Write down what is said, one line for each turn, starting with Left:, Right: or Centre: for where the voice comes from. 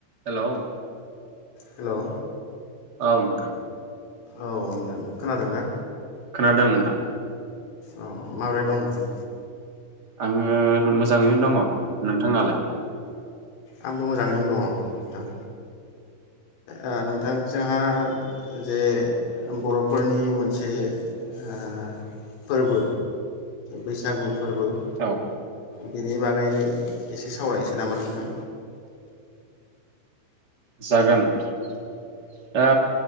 Right: Hello
Left: hello
Right: औ नोंथां
Left: औ नों खोनादोंना?
Right: खोनादों नोंथां।
Left: औ माबोरै दं नोंथां?
Right: आङो मोजाङैनो दङ नोंथाङालाय?
Left: आंबो मोजाङैनो दङ नोंथां। ए नोंथां। जोंहा जे बर'फोरनि मोनसे ओ फोरबो बैसागु फोरबो बे
Right: औ
Left: बेनि बागै एसे सावरायनोसै नामा नोंथां।
Right: जागो नोंथां दा